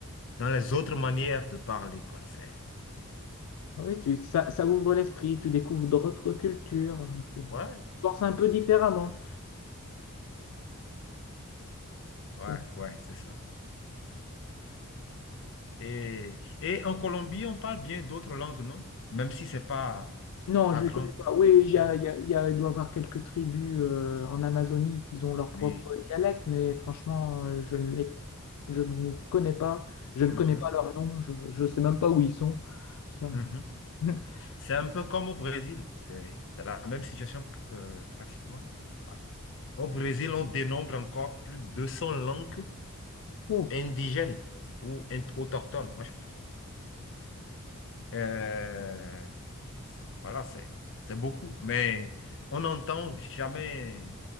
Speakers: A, on the left; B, on the left.
A: dans les autres manières de parler, quoi. C'est,
B: Oui, tu, ça, ça ouvre l'esprit, tu découvres d'autres cultures, tu,
A: ouais,
B: tu penses un peu différemment.
A: ouais,
B: Et-
A: ouais, c'est ça. c'est ça. Et, et en Colombie, on parle bien d'autres langues, non? Même si c'est pas
B: Non,
A: à
B: je
A: grande
B: les connais pas. Oui,
A: échelle.
B: il y a, il y a- il y a- il doit y avoir quelques tribus euh, en Amazonie qui ont leur propre
A: Oui.
B: dialecte, mais franchement, euh, je ne les, je ne les connais pas. Je ne
A: Mhm,
B: connais pas leur nom, je ne sais même pas où ils sont. Ça-
A: mhm.
B: <laughs>
A: C'est un peu comme au Brésil. C'est c'est la même situation que, pratiquement. Au Brésil, on dénombre encore plus de 200 langues
B: Oh,
A: indigènes ou in- autochtones. Moi, je préfère. Euh, voilà, c'est c'est beaucoup. Mais on n'entend jamais